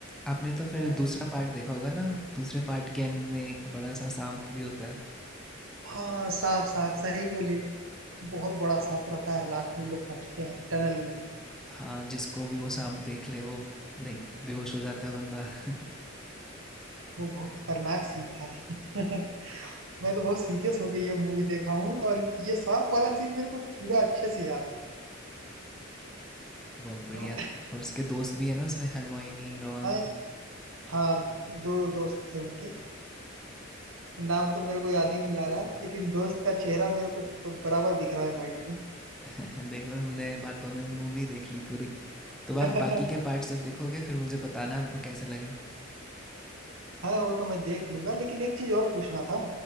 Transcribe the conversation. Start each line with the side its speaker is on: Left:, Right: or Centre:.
Centre: आपने तो फिर
Right: हाँ
Centre: दूसरा पार्ट देखा होगा ना? दूसरे पार्ट के एंड में एक बड़ा सा सांप भी होता है।
Right: हाँ, सांप सांप सही बोले बहुत बड़ा सांप रहता है लास्ट में लोग पहुंचते हैं टनल में
Centre: हाँ, जिसको भी वो सांप देख ले वो लाइक बेहोश हो जाता है बंदा। <laughs>
Right: वो बहुत खतरनाक सीन था <laughs> मैं तो बहुत सीरियस होके ये मूवी देखा हूँ और ये सांप वाला सीन मेरे को पूरा अच्छे से याद है
Centre: बहुत बढ़िया
Right: और
Centre: और उसके दोस्त भी है ना उसमें हरमोइनी रॉन
Right: हाँ हाँ दो दोस्त थे उनके नाम तो मेरे को याद ही नहीं आ रहा लेकिन दोस्त का चेहरा मेरे को बराबर दिख रहा है माइंड
Centre: <laughs> देख लो हमने बातों में मूवी देख ली पूरी तो आप
Right: में
Centre: बाकी
Right: <laughs>
Centre: के पार्ट्स जब देखोगे फिर मुझे बताना आपको कैसे लगे
Right: हाँ वो तो मैं देख लूंगा लेकिन एक चीज और पूछना था